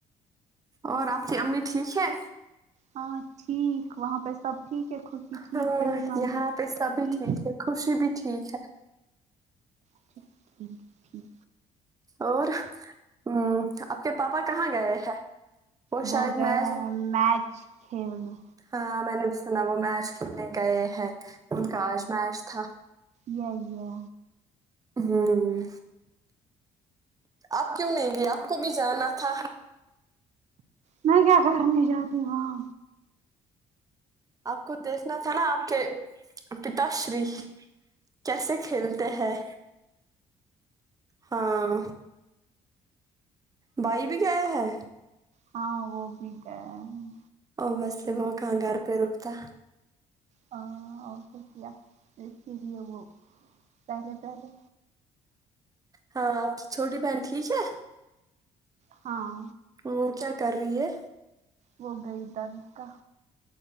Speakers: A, on the right; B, on the right.
A: اور آپ کی امی ٹھیک ہے
B: ہاں ٹھیک وہاں پہ سب ٹھیک ہے خوشی ٹھیک
A: ہاں
B: پریمی ماں
A: یہاں
B: ٹھیک
A: پہ سبھی ٹھیک ہے خوشی بھی ٹھیک ہے
B: اچھا ٹھیک ٹھیک
A: اور ہ آپ کے پاپا کہاں گئے ہیں
B: وہ
A: شاید
B: گیا
A: میچ
B: ہیں میچ کھیل میں
A: ہاں میں نے بھی سونا وہ میچ کھیلنے گئے ہیں ان کا آج میچ تھا
B: یال یا
A: ہ آپ کیوں نہیں لی آپ کو بھی جانا تھا
B: میں کیا کرنی جاتی واں
A: آپ کو دیکھنا تھا نا آپ کے پتا شری کیسے کھیلتے ہیں ہاں بائی بھی کیا ہے
B: ہاں وہ بھی گیا ہے
A: ا بسے وہ کہاں گھر پہ رکتا
B: ہاں اور شکہ تو اس کے لیے وہ پہلے پہلے
A: ہاں آپ کی چھوٹی بہن ٹھیک ہے
B: ہاں
A: وہ کیا کر رہی ہے
B: وہ گی گادک کا